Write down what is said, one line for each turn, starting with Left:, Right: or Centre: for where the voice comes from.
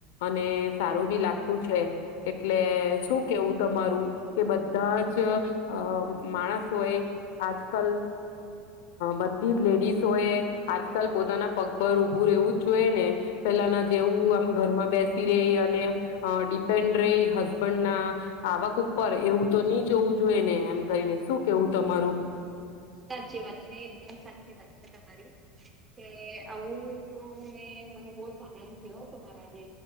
Left: અને સારું બી લાગતું છે. એટલે શું કેવું. તમારું કે બધા જ અ માણસોએ આજકાલ બધી જ લેડીસોએ આજકાલ પોતાના પગભર ઉઊભું રહેવું જ જોઈએ ને પેલાના જેવું આમ ઘરમાં બેસી રહી અને ડિપેન્ડ રે હસબન્ડ ના આવક ઉપર એવું તો નહી જોવું જોઈએ ને, એમ કરીને શું કેવું તમારું
Right: સાચી વાત છે એકદમ સાચી વાત છે તમારી કે આવું તો મેને મને બહ આનંદ થયોરા જે